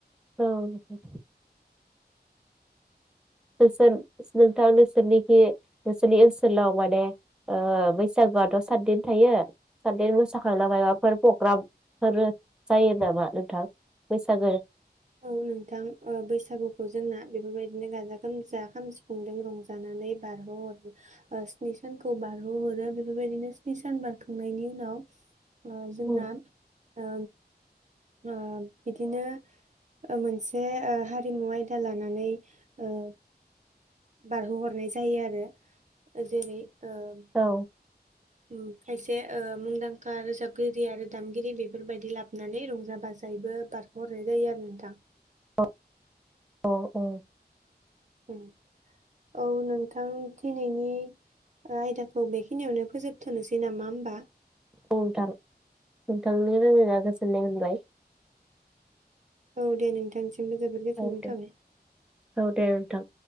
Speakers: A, in the centre; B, on the right.
A: औ नोंथां नोंसोर नोंथां नोंसोरनिखि नोंसोरनि ओनसोलाव माने ओ बैसागुआथ' साददिन थायो साददिन मोसा खांना मायबाफोर फ्रग्राम फोर जायो नामा नोंथां? बैसागो
B: औ नोंथां। ओ बैसागुखौ जोंना बेफोरबायदिनो गाजा गोमजा खाम, सिफुंजों रंजानानै बारहोहर ओ स्नि सानखौ बारहोहरो। बेफोरबायदिनो स्नि सान बारखांनायनि उनाव ओ जोंना
A: औ
B: ओ ओ बिदिनो ओ मोनसे ओ हारिमु आयदा लानानै ओ बारहोहरनाय जायो आरो। जेरै ओम
A: औ
B: उम खायसे ओ मुंदांखा रोजाबगिरि आरो दामगिरि बेफोरबायदि लाबोनानै रंजा बाजायैबो बारहो हरनाय जायो आरो नोंथां।
A: अ औ ओ।
B: उम। औ नोंथां दिनैनि आयदाखौ बेखिनियावनो फोजोबथनोसै नामा होमबा?
A: औ नोंथां नोंथांजों रायज्लायना गोजोननाय मोनबाय।
B: औ दे नोंथां सिमबो जोबोद गोजोननाय
A: औ दे
B: थाबाय।
A: औ दे नोंथां